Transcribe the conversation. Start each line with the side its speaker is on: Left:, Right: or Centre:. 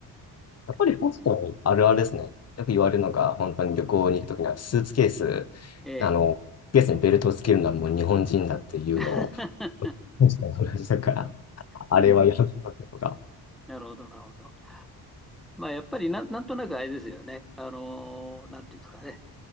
Left: やっぱりホストにあるあるですね。よく言われるのが、本当に旅行に行くときには、スーツケース、
Centre: <laughs> ええ。
Left: あの、ケースにベルトをつけるのはもう日本人だっていうのを、
Centre: <laughs>
Left: <laughs> 同じだから、あれはやめたけとか、
Centre: うん。なるほど、なるほど。まあ、やっぱりなん、なんとなくあれですよね。あの、なんていうんですかね。